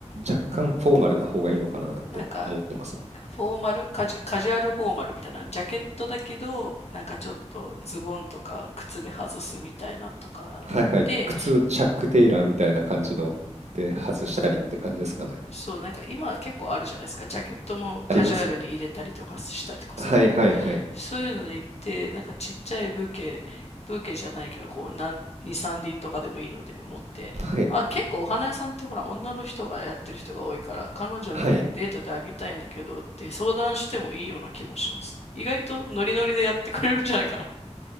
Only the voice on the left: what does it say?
なんかフォーマル、カジュ、カジュアルフォーマルみたいな、ジャケットだけど、なんかちょっとズボンとか靴で外すみたいなんとかで行って、
そう、なんか今結構あるじゃないですか。ジャケットもカジュアルに入れたりとかしたりとかするので。
そういうので行って、なんかちっちゃいブーケ、ブーケじゃないけど、こう、なん、2、さん輪とかでもいいので持って、
あ、結構お花屋さんってほら、女の人がやってる人が多いから、彼女にデートであげたいんだけどって相談してもいいような気もします。
意外とノリノリでやってくれるんじゃないかな。